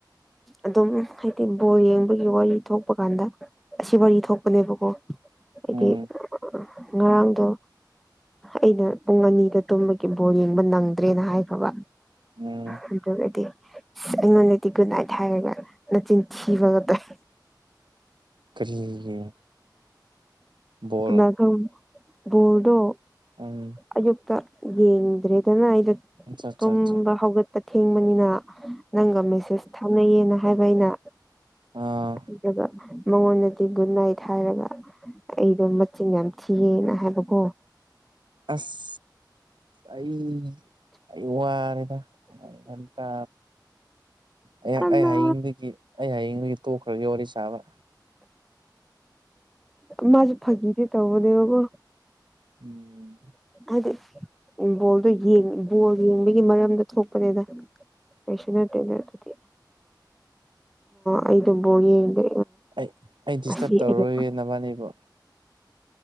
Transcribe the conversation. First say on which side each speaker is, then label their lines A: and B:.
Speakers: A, in the centre; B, on the right.
A: ꯑꯗꯨꯝ ꯍꯥꯏꯗꯤ ꯕꯣꯔ ꯌꯦꯡꯕꯒꯤ ꯋꯥꯔꯤ ꯊꯣꯛꯄ ꯀꯥꯟꯗ ꯑꯁꯤ ꯋꯥꯔꯤ ꯊꯣꯛꯄꯅꯦꯕꯀꯣ ꯍꯥꯏꯗꯤ
B: ꯎꯝ
A: ꯉꯔꯥꯡꯗꯣ ꯑꯩꯅ ꯄꯨꯡ ꯑꯅꯤꯗ ꯇꯨꯝꯕꯒꯤ ꯕꯣꯔ ꯌꯦꯡꯕ ꯅꯪꯗ꯭ꯔꯦꯅ ꯍꯥꯏꯈꯕ
B: ꯎꯝ
A: ꯑꯗꯨꯗ ꯑꯗꯨꯗꯤ ꯑ ꯑꯩꯉꯣꯟꯗꯗꯤ ꯒꯨꯗ ꯅꯥꯏꯠ ꯍꯥꯏꯔꯒ ꯅꯆꯤꯟ ꯊꯤꯕꯒꯗꯣꯏ
B: ꯀꯔꯤꯒꯤ ꯕꯣꯜ
A: ꯅꯒꯥ ꯣꯜꯗꯣ
B: ꯎꯝ
A: ꯑꯌꯨꯛꯇꯛꯇ ꯌꯦꯡꯗ꯭ꯔꯦꯗꯅ ꯑꯩꯗ
B: ꯑꯆꯥ ꯑꯆꯥ
A: ꯇꯨꯝꯕ
B: ꯑꯆꯥ
A: ꯍꯧꯒꯠ ꯑꯊꯦꯡꯕꯅꯤꯅ ꯅꯪꯒ ꯃꯦꯁꯦꯁ ꯊꯥꯅꯩꯌꯦꯅ ꯍꯥꯏꯕ ꯑꯩꯅ
B: ꯑꯥ
A: ꯑꯗꯨꯒ ꯃꯉꯣꯟꯗꯗꯤ ꯒꯨꯗ ꯅꯥꯏꯠ ꯍꯥꯏꯔꯒ ꯑꯩꯗꯣ ꯃꯆꯤꯟ ꯌꯥꯝ ꯊꯤꯌꯦꯅ ꯍꯥꯏꯕꯀꯣ
B: ꯑꯁ ꯑꯩ ꯑꯩ ꯋꯥꯔꯦꯗ ꯇ ꯑꯩ
A: ꯑꯃ
B: ꯑꯩ ꯍꯌꯦꯡꯗꯨꯗꯒꯤ ꯑꯩ ꯍꯌꯦꯡꯗꯨꯗꯒꯤ ꯇꯣꯛꯈ꯭ꯔꯒꯦ ꯋꯥꯔꯤ ꯁꯥꯕ꯭ꯔꯥ
A: ꯃꯥꯁꯨꯦ ꯐꯥꯀꯤꯗꯤꯦ ꯇꯧꯕꯅꯦꯕꯀꯣ
B: ꯎꯝ
A: ꯍꯥꯏꯗꯤ ꯕꯣꯜꯗꯣ ꯕꯣꯜ ꯌꯦꯡꯕꯒꯤ ꯃꯔꯝꯗ ꯊꯣꯛꯄꯅꯦꯗ ꯐꯩꯁꯅꯠꯇꯦꯅꯗꯤ ꯑꯩ ꯑꯗꯨꯝꯕꯨꯥꯎ ꯌꯦꯡꯗ
B: ꯑꯩ ꯑꯩ ꯗꯤꯁꯇꯔꯕ
A: ꯑꯁꯤ
B: ꯇꯧꯔꯔꯣꯏꯒꯦ
A: ꯑꯩ
B: ꯅꯕꯥꯅꯤꯕꯨ